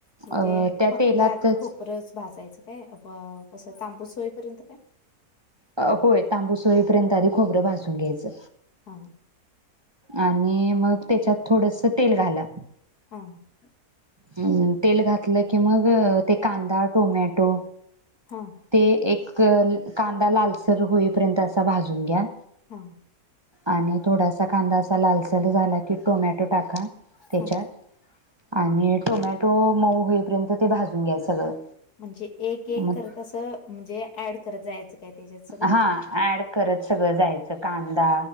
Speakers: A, on the left; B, on the right.
A: म्हणजे
B: अ त्या
A: फक्त
B: तेलातच
A: आधी खोबरंच भाजायचं काय अब असं तांबूस होईपर्यंत काय?
B: अ होय तांबूस होईपर्यंत आधी खोबरं भाजुन घ्यायचं.
A: हा
B: आणि मग तेच्यात थोडस तेल घाला
A: आहा
B: हम्म तेल घातलं की मग अ ते कांदा टोमॅटो
A: हा
B: ते एक <unintelligible> लालसर होईपर्यंत असा भाजून घ्या.
A: हा
B: आणि थोडासा कांदा असा लालसाल झाला की, टोमॅटो टाका. त्यांच्यात
A: हा
B: आणि टोमॅटो मऊ होईपर्यंत ते भाजून घ्याय सगळं
A: म्हणजे एक एक
B: मग
A: करत असं म्हणजे ऍड करत जायचं काय? त्याच्यात सगळं
B: हा ऍड करत सगळं जायचं कांदा